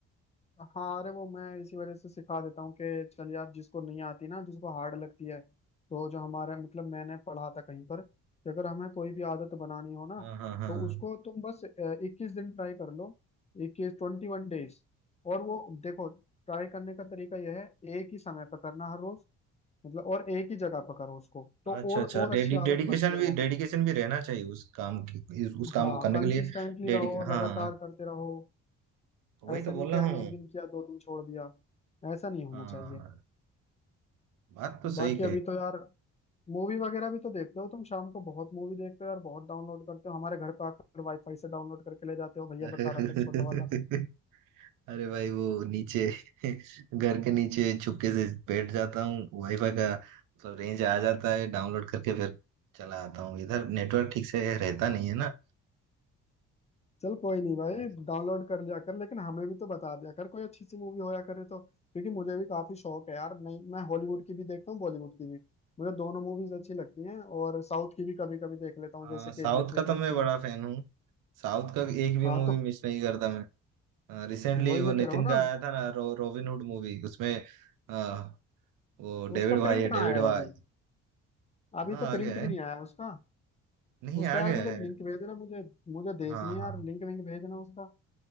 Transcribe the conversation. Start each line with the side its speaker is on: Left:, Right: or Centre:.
Left: हाँ अरे वो मैं इसी वजह से सिखा देता हूँ कि चल यार जिसको नहीं आती ना जिसको हार्ड लगती है तो जो हमारे मतलब मैंने पढ़ा था कहीं पर कि अगर हमें कोई भी आदत बनानी हो ना
Right: हाँ हाँ हाँ
Left: तो उसको तुम बस इक्कीस दिन ट्राई कर लो इक्कीस ट्वेंटी वन डेज और वो देखो ट्राई करने का तरीका यह है एक ही समय पर करना हर रोज मतलब और एक ही जगह पर करो उसको तो
Right: अच्छा
Left: और
Right: अच्छा
Left: और
Right: डेडी
Left: अच्छी आदत
Right: डेडिकेशन
Left: बनती है
Right: भी
Left: वो
Right: डेडिकेशन भी रहना चाहिए उस काम की इस- उस काम
Left: हाँ
Right: को करने
Left: कंसिस्टेंटली
Right: के लिए डेडिक
Left: रहो
Right: हाँ
Left: लगातार करते रहो
Right: वही
Left: ऐसा
Right: तो बोल
Left: नहीं
Right: रहा
Left: कि
Right: हूँ
Left: एक दिन किया दो दिन छोड़ दिया ऐसा नहीं होना
Right: हाँ
Left: चाहिए
Right: बात तो
Left: बाकी
Right: सही
Left: अभी तो यार मूवी वगैरह भी तो देखते हो तुम शाम को बहुत मूवी देखते हो यार बहुत डाउनलोड करते हो हमारे घर पे आकर वाईफाई से डाउनलोड करके ले जाते हो भैया
Right: कही
Left: बता रहा था छोटा वाला <laughs>
Right: <laughs> अरे भाई वो नीचे <laughs> घर के नीचे चुपके से बैठ जाता हूँ वाईफाई का मतलब रेंज आ जाता है डाउनलोड करके फिर चला आता हूँ इधर नेटवर्क ठीक से रहता नहीं है ना
Left: चल कोई नहीं भाई
Right: क्या करें।
Left: डाउनलोड कर लिया कर लेकिन हमें भी तो बता दिया कर कोई अच्छी सी मूवी होया करे तो क्योंकि मुझे भी काफी शौक है यार नहीं मैं हॉलीवुड की भी देखता हूँ बॉलीवुड की भी मुझे दोनों मूवीज अच्छी लगती हैं और साउथ की भी कभी कभी देख लेता हूँ
Right: हाँ
Left: जैसे
Right: साउथ
Left: केजीएफ वेजीएफ
Right: का तो मैं
Left: थी
Right: बड़ा फैन हूँ साउथ का एक भी
Left: हाँ
Right: मूवी
Left: तो
Right: मिस नहीं करता मैं रिसेंटली
Left: वही
Right: वो
Left: मैं
Right: नितिन
Left: कह रहा हूँ ना
Right: का आया था ना रो, रॉबिन हुड मूवी उसमें अ, वो डेविड
Left: उसका
Right: भाई
Left: प्रिंट
Right: है
Left: कहाँ
Right: डेविड
Left: आया
Right: भाई
Left: है अभी अभी
Right: हाँ
Left: तो
Right: आ
Left: प्रिंट
Right: गया
Left: भी
Right: है
Left: नहीं आया उसका
Right: नहीं
Left: उसका
Right: आ
Left: यार
Right: गया
Left: मुझे
Right: है
Left: लिंक भेज देना मुझे मुझे
Right: हाँ
Left: देखनी है
Right: हाँ
Left: यार लिंक विंक भेज देना उसका